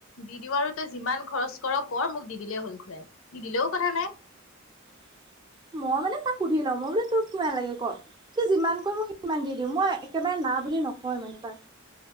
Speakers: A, on the left; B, on the right.
A: দি দিওঁ আৰু তই যিমান খৰচ কৰ কৰ মোক দি দিলেই হল ঘুৰাই, নিদিলেও কথা নাই।
B: <inaudible> মই মানে তাক সুধি লওঁ। মই বোলে তোক কিমান লাগে ক? সি যিমান কয় মোক সিমান দি দিও। মই একেবাৰে না বুলি নকয় মানে তাক।